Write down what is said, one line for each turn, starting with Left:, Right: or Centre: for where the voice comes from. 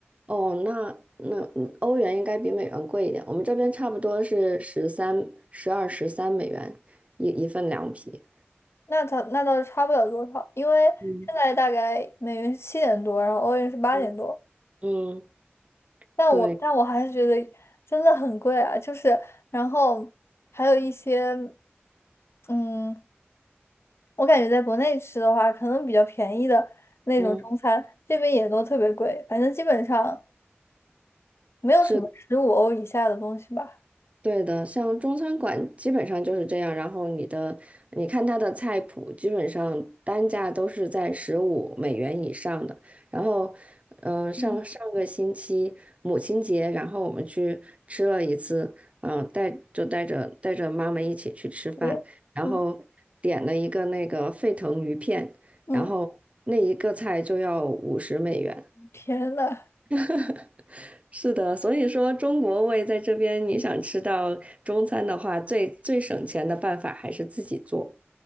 Right: 哦，那那嗯欧元应该比美元贵一点，我们这边差不多是十三、十二、十三美元一一份凉皮。
Left: 那它那倒是差不了多少，因为现在大概美元是七点多，
Right: 嗯
Left: 然后欧元是八点多。
Right: 嗯，嗯，
Left: 但我但我还是觉得
Right: 对，
Left: 真的很贵啊，就是然后还有一些，嗯，我感觉在国内吃的话，可能比较便宜的那种中餐，
Right: 嗯，
Left: 这边也都特别贵，反正基本上没有什么十五欧以下的东西吧。
Right: 是对的，像中餐馆基本上就是这样，然后你的，你看它的菜谱，基本上单价都是在十五美元以上的。然后，嗯、上上个星期母亲节，
Left: 嗯，
Right: 然后我们去吃了一次，嗯、带就带着带着妈妈一起去吃饭，
Left: 对，
Right: 然后点了一个那个沸腾鱼片，
Left: 嗯嗯，
Right: 然后那一个菜就要五十美元。
Left: 天呐，
Right: <laughs> 是的，所以说中国胃在这边，你想吃到中餐的话，最最省钱的办法还是自己做。